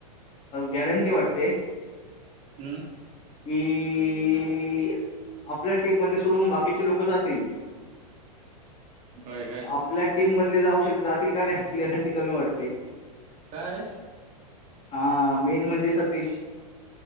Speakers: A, on the left; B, on the right.
A: गॅरंटी वाटते.
B: हम्म.
A: कि आपल्या टीम मधले सोडून बाकीचे लोक जातील.
B: होय का?
A: आपल्या टीममधली जाऊ शक जातील का नाही याची गरंटी कमी वाटते.
B: का र
A: हा मेन म्हणजे सतीश